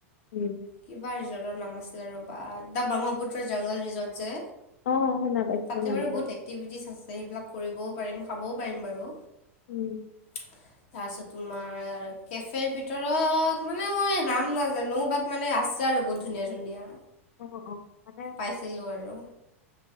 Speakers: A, on the left; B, on the left.
A: উম।
B: কিবা ৰিজৰ্টৰ নাম আছিলে ৰ'বা দা ব্ৰহ্মপুত্ৰ জংগল ৰিজৰ্ট যে
A: অ শুনা পাইছিলো
B: তাতে
A: নামটো
B: বাৰু বহুত এক্টিভিটিছ আছে সেইবিলাক কৰিবও পাৰিম খাবও পাৰিম বাৰু।
A: উম।
B: তাৰছত তোমাৰ কেফেৰ ভিতৰত মানে মই নাম নাজানো বাট মানে আ ছে আৰু বহুত ধুনীয়া ধুনীয়া।
A: অ অ মানে
B: পাইছিলো আৰু